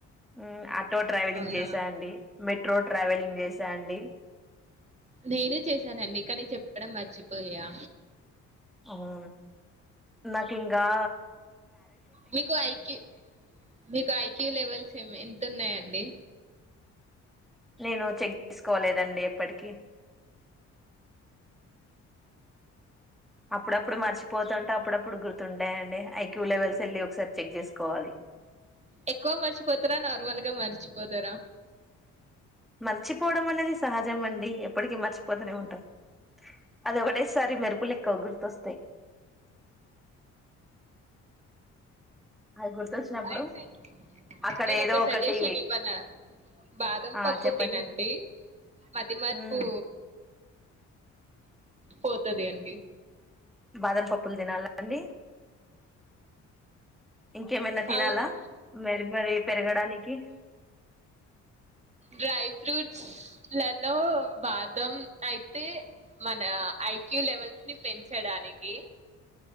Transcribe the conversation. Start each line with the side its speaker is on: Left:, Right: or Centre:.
Centre: హ్మ్ అ ట్రో ట్రావెలింగ్
Right: అవునా
Centre: చేసాండి మెట్రో ట్రావెలింగ్ చేసా అండి
Right: నేనే చేశానండి కనీ చెప్ క్కడం మర్చిపోయా
Centre: అవు నాక్ ఇంగా
Right: మీకు ఐక్యూ మీకు ఐక్యూ లెవెల్స్ ఆహ్ ఎంత ఉన్నాయిండి
Centre: నేను చెక్ చెస్కోలేదండి ఎప్పటికి అప్పుడప్పుడు మర్చిపోతాంటా అప్పుడప్పుడు గుర్తుంటాయి అండి ఐక్యూ లెవెల్స్ ఎలి ఒకసారి చెక్ చేసుకోవాలి
Right: ఎక్కువ మర్చిపోతరా నార్మల్గ మర్చిపోతర
Centre: మర్చిపోవడం అనేది సహజం అండి ఎప్పటికి మర్చిపోతనే ఉంటాం అది ఒకటేసారి మెరుపులు లెక్క గుర్తొస్తయి అది గుర్తొచ్చినప్పుడు
Right: అయితే
Centre: అక్కడ
Right: నేను
Centre: ఏదో
Right: ఒక
Centre: ఒకటి
Right: సజెషన్ ఇవ్వన బాదాంపపు
Centre: ఆ చెప్పండి
Right: తినండి మతిమర్పూ
Centre: ఉమ్
Right: పోతది అండి
Centre: బాదంపప్పులు తినాలా అండి ఇంకేమైనా తినాల
Right: అవును
Centre: మరి మరి పెరగడానికి
Right: డ్రై ఫ్రూట్ లలో బాదం అయితే మన ఐక్యూ లెవెల్స్ ని పెంచడాని నీకి